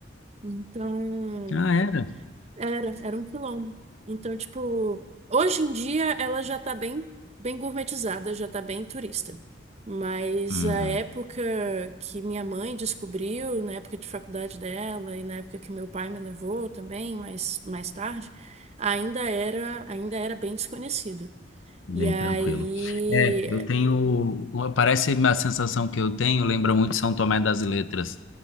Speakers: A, on the right; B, on the left.
A: Então,
B: Ah, era.
A: era, era um quilombo. Então, tipo, hoje em dia ela já tá bem, bem gourmetizada, já tá bem turista. Mas
B: Uhum,
A: a época que minha mãe descobriu, na época de faculdade dela e na época que meu pai me levou também, mas mais tarde, ainda era, ainda era bem desconhecido. E
B: Bem
A: aí,
B: tranquilo. É, eu tenho. Parece a sensação que eu tenho, lembra muito São Tomé das Letras,